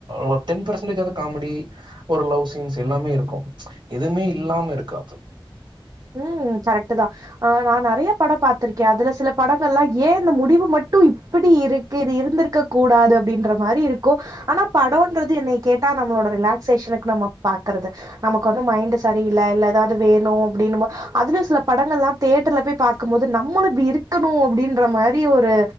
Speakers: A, on the right; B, on the right.
A: ஒ டென் பெர்சன்டேஜாவது காமடி ஒரு லவ் சீன்ஸ் எல்லாமே இருக்கு எதுமே இல்லாம இருக்காது
B: ம் கரக்ட்டு தா ஆ நா நெறையா படோ பாத்துர்க்கே அதுல சில படங்கல்லா ஏ இந்த முடிவு மட்டு இப்பிடி இரு க்கு இது இருந்திருக்க கூடாது அப்பிடின்ற மாரி இருக்கு ஆனா படோன்றது என்னைய கேட்டா நம்மளோட ரிலாக்சேஷனுக்கு நம்ம பாக்குறது நமக்கு வந்து மைண்ட் சரியில்ல இல்ல எதாது வேணு அப்பிடின்னும்போ அதுலயு சில படங்கள் எலா தேட்டர்ல போய் பாக்கும் போது நம்மளூ இப்பிடி இருக்கணு அப்பிடின்ற மாரி ஒரு